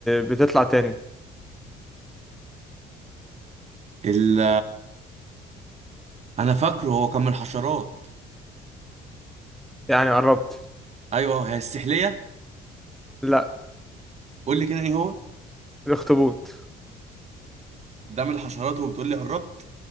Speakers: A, in the centre; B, on the right (about 40°).
A: بتطلع تاني
B: ال انا فاكره هو كان من الحشرات
A: يعني قربت
B: ايوه هي السحليه
A: لا
B: قول لي كده ايه هو
A: الاخطبوط
B: ده من الحشرات وبتقول لي قربت